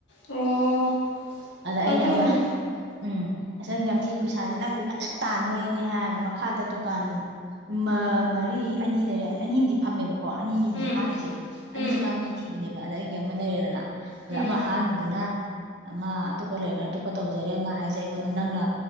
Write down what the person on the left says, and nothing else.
ꯑꯣ
ꯑꯗꯨꯅꯤ
ꯎꯝ
ꯎꯝ
ꯎꯝ